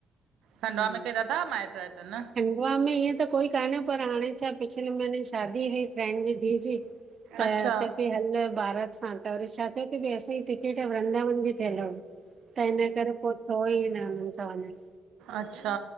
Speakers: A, on the right; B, on the right.
A: खंडवा
B: हम्म,
A: में केर अथव माइट्र वाइट्र न?
B: खंडवा में ईअं त कोई कान्हे पर हाणे छा पिछले महीने शादी हुई फ्रैड जी धीउ जी त
A: अच्छा
B: चए पई हलु बारात सा त वरी छा थियो की भई असीं टिकेट वृंदावन जी थियल हुई, त हिन करे पो थ्योई न हुनन सां वंञंण।
A: अच्छा